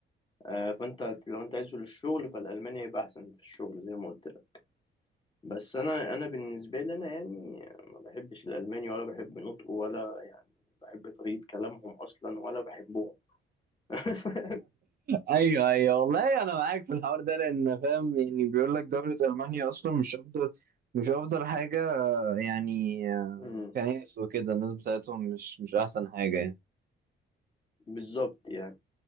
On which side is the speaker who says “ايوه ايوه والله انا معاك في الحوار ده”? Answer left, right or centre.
Right